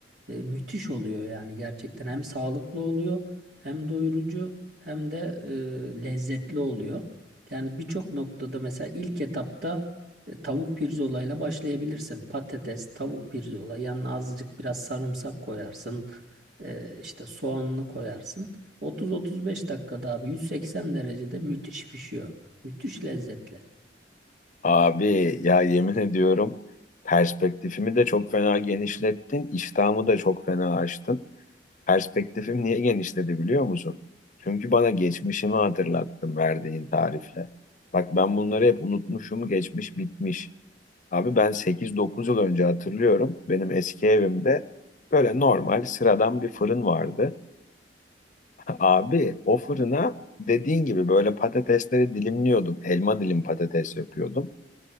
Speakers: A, on the right; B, on the left.
A: E, Müthiş oluyor yani gerçekten hem sağlıklı oluyor hem doyurucu hem de e, lezzetli oluyor. Yani birçok noktada mesela ilk etapta e, tavuk pirzolayla başlayabilirsin. Patates, tavuk pirzola yanına azıcık biraz sarımsak koyarsın. E, işte soğanını koyarsın. 30-35 dakikada abi 180 derecede müthiş pişiyor. Müthiş lezzetli.
B: Abi ya yemin ediyorum perspektifimi de çok fena genişlettin, iştahımı da çok fena açtın. Perspektifim niye genişledi biliyor musun? Çünkü bana geçmişimi hatırlattın verdiğin tarifle. Bak ben bunları hep unutmuşum, geçmiş bitmiş. Abi ben sekiz dokuz yıl önce hatırlıyorum. Benim eski evimde böyle normal sıradan bir fırın vardı. <laughs> Abi o fırına dediğin gibi böyle patatesleri dilimliyordum. Elma dilim patates yapıyordum.